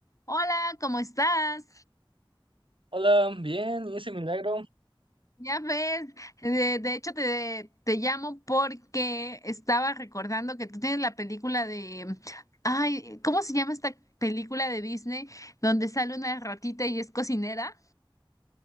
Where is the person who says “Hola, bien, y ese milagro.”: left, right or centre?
Right